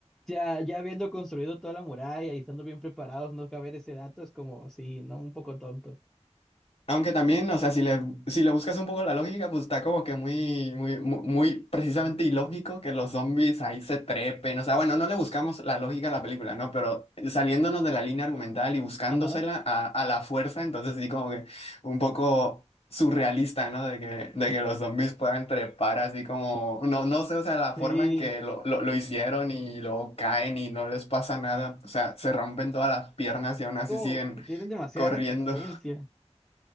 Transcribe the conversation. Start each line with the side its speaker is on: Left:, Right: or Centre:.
Centre: Ya, ya habiendo construido toda la muralla y estando bien preparados, no caber ese dato es como, sí, no, un poco tonto.
Left: Aunque también, o sea, si le, si le buscas un poco la lógica, pues está como que muy, muy, muy, muy precisamente ilógico que los zombies ahí se trepen. O sea, bueno, no le buscamos la lógica a la película, ¿no? Pero saliéndonos de la línea argumental y buscándosela
Centre: Ajá.
Left: a, a la fuerza, entonces sí como que un poco surrealista, ¿no? De que, de que los zombies puedan trepar así como, no, no sé, o sea, la forma
Centre: Sí,
Left: en que lo, lo, lo hicieron y luego caen y no les pasa nada. O sea, se rompen todas las piernas y aún así
Centre: como
Left: siguen
Centre: que tienen demasiada
Left: corriendo.
Centre: resistencia.